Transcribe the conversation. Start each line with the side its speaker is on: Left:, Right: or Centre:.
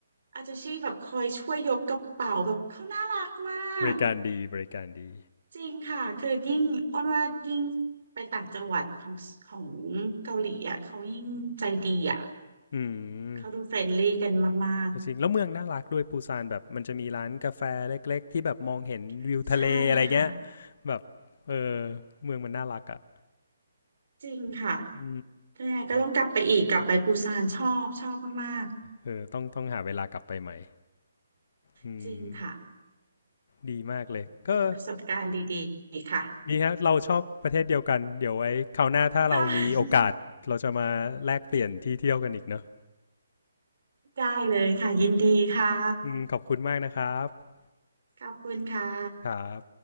Right: อาจจะชีแบบคอยช่วยยกกระเป๋าแบบเขาน่ารักมาก
Left: บริการดีบริการดี
Right: จริงค่ะคือยิ่งอ้อนว่ายิ่งไปต่างจังหวัดของของเกาหลีอ่ะเขายิ่งใจดีอ่ะ
Left: อืม
Right: เขาดูเฟรนลี่กันมาก
Left: จริงๆแล้วเมืองน่ารักด้วยปูซานแบบมันจะมีร้านกาแฟเล็กๆที่แบบมองเห็นวิวทะเลอะไรเงี้ย
Right: ๆใช่ค่ะ
Left: แบบเออเมืองมันน่ารักอะ่ะ
Right: จริงค่ะ
Left: อื
Right: แต่ก็ต้องกลับไปอีกกลับไปปูซานชอบชอบมาก
Left: มเออต้องต้องหาเวลากลับไปใหม่อืม
Right: ๆจริงค่ะ
Left: ดีมากเลยก็
Right: เป็นประสบการณ์ดีๆค่ะ
Left: ดีฮะเราชอบประเทศเดียวกันเดี๋ยวไว้คราวหน้าถ้าเรามีโอกาสเราจะมาแลกเปลี่ยนที่เที่ยวกันอีกเนอะ
Right: ค่ะ <laughs> ได้เลยค่ะยินดีค่ะ
Left: อืมขอบคุณมากนะครับ
Right: ขอบคุณค่ะ
Left: ครับ